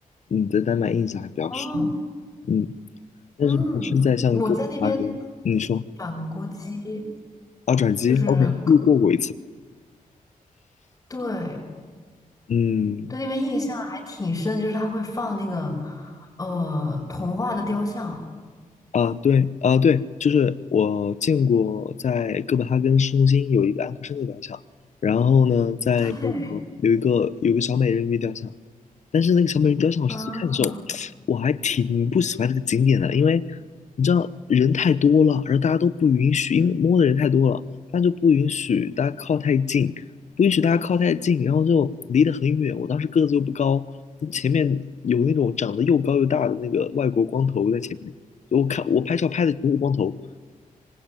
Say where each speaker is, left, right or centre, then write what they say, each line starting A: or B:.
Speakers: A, on the left (about 55°); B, on the left (about 20°).
A: 嗯，在丹麦印象还比较深。
B: 哦，
A: 嗯，但是不是在像哥本哈根，
B: 嗯，我在那边
A: 嗯你说
B: 转锅鸡
A: 啊，转机，OK，
B: 就是跟
A: 路过过一次。
B: 对
A: 嗯，
B: 对那边印象还挺深，就是他会放那个呃童话的雕像。
A: 啊，对，啊，对，就是我见过在哥本哈根市中心有一个安徒生的雕像，然后呢，在那个有一个有一个小美人鱼雕像，
B: 对，
A: 但是那个小美人雕像，我上次看的时候，
B: 啊，
A: 我还挺不喜欢这个景点的，因为你知道人太多了，然后大家都不允许，因为摸的人太多了，他就不允许大家靠太近，不允许大家靠太近，然后就离得很远。我当时个子又不高，前面有那种长得又高又大的那个外国光头在前面，我看我拍照拍的全是光头。